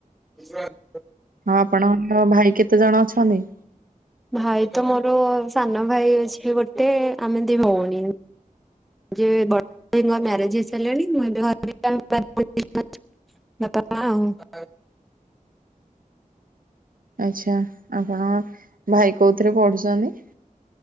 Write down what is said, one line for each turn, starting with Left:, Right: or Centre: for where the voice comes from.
Centre: <unintelligible>
Right: ହଁ ଆପଣଙ୍କର ଭାଇ କେତେ ଜଣ ଅଛନ୍ତି?
Centre: <inaudible> ଭାଇ ତ ମୋର ସାନ ଭାଇ ଅଛି ଗୋଟେ ଆମେ ଦି ଭଉଣୀ। ଯେ ବଡ଼ ଭା ଙ୍କ ମ୍ୟାରେଜ୍ ହେଇ ସାରିଲାଣି ମୁଁ ଏବେ ଘର <unintelligible> ବାପା ମା ଆଉ।
Right: ଆଚ୍ଛା ଆପଣଙ୍କ ଭାଇ କୋଉଥିରେ ପଢୁଚନ୍ତି?